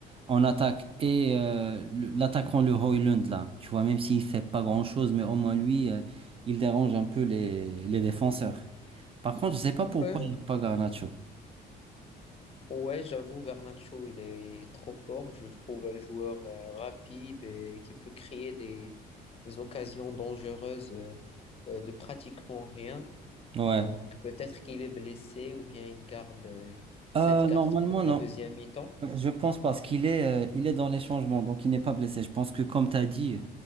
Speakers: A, on the right; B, on the left.
A: en attaque et euh, le- l'attaquant le Hoyland là, tu vois, même s'il fait pas grand-chose, mais au moins lui, euh, il dérange un peu les, les défenseurs. Par contre, je sais pas
B: Ouais,
A: pourquoi il n'y a pas Garnacho.
B: Ouais, j'avoue, Garnacho, il est, il est trop fort. Je le trouve un joueur euh, rapide et qui peut créer des, des occasions dangereuses euh, euh, de pratiquement rien.
A: Ouais.
B: Donc, peut-être qu'il est blessé ou bien il garde euh, cette
A: Euh,
B: carte
A: normalement,
B: pour
A: non.
B: la deuxième mi-temps.
A: Je pense parce qu'il est, euh, il est dans les changements, donc il n'est pas blessé. Je pense que comme tu as dit,